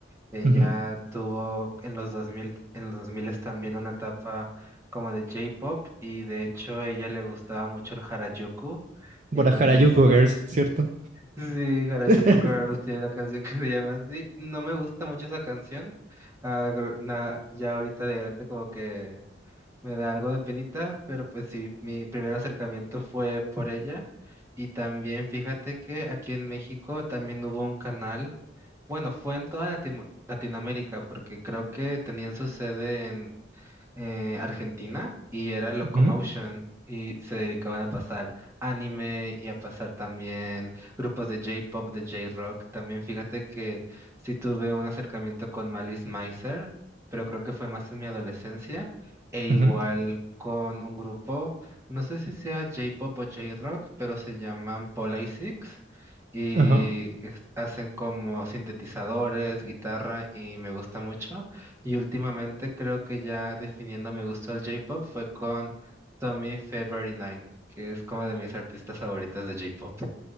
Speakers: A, on the right; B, on the right.
A: Ella
B: Ujú.
A: tuvo en los dos mil en los 2000 también una etapa como de J-pop y de hecho a ella le gustaba mucho el Harajuku en
B: Por la
A: donde
B: Harajuku Girls, ¿cierto?
A: Sí, Harajuku
B: <laughs>
A: Girls tiene una canción que se llama así. No me gusta mucho esa canción. Ah, gr- na- ya ahorita de grande como que me da algo de penita, pero pues sí, mi primer acercamiento fue por ella. Y también fíjate que aquí en México también hubo un canal, bueno, fue en toda Latimo- Latinoamérica, porque creo que tenían su sede eh, Argentina y era Locomotion
B: Ujú,
A: y se dedicaban a pasar anime y a pasar también grupos de J-pop, de J-rock. También fíjate que sí tuve un acercamiento con Malice Mizer, pero creo que fue más en mi adolescencia e igual
B: ujú,
A: con un grupo, no sé si sea J-pop o J-rock, pero se llaman Polysix. Y
B: ajá.
A: es- hacen como sintetizadores, guitarra, y me gusta mucho. Y últimamente creo que ya definiendo mi gusto al J-pop fue con Tommy February Nine que es como de mis artistas favoritas de J-pop.